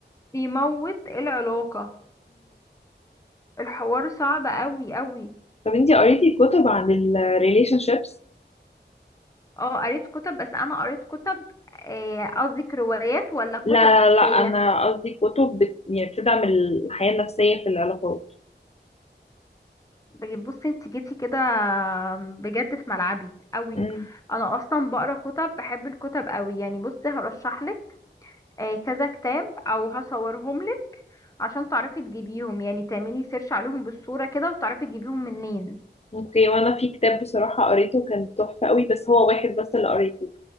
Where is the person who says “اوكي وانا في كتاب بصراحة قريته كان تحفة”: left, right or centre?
Left